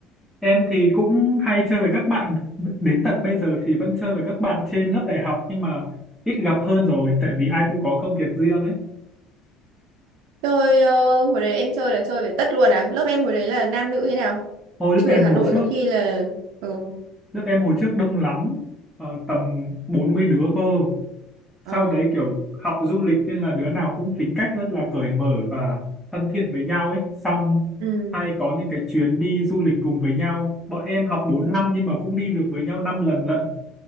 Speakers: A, in the centre; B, on the right.
A: Em thì cũng hay chơi với các bạn đến tận bây giờ thì vẫn chơi với các bạn trên lớp đại học nhưng mà ít gặp hơn rồi tại vì ai cũng có công việc riêng ấy.
B: Chơi ờ, hồi đấy em chơi là chơi về tất luôn à? Lớp em hồi đấy là nam nữ thế nào?
A: Hồi
B: Trường
A: lớp em
B: Hà
A: hồi
B: Nội
A: trước,
B: có khi là ừ.
A: lớp em hồi trước đông lắm, ờ, tầm 40 đứa cơ. Sau
B: Ờ,
A: đấy kiểu học du lịch nên là đứa nào cũng tính cách rất là cởi mở và thân thiện với nhau ấy. Xong
B: Ừ.
A: hay có những cái chuyến đi du lịch cùng với nhau. Bọn em học bốn
B: ừ.
A: năm nhưng mà cũng đi được với nhau 5 lần lận.